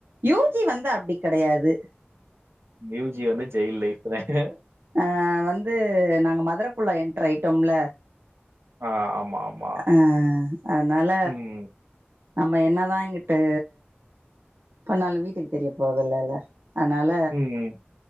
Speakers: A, on the right (about 70°); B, on the right (about 80°).
A: யூஜி வந்து அ ப்படி கிடையாது
B: யூஜி வந்து ஜெயில் லைஃப் தான்
A: ஆஹ் வந்து நான் மதுரைக்குள்ள என்டராயிடோம்ல
B: ஆ ஆமா ஆமா.
A: ஆஹ் அதனால
B: ம்
A: நம்ம என்னதான் இங்கிட்டு பண்ணாலும் வீட்டுக்கு தெரிய போறது இல்லல அதனால
B: ம்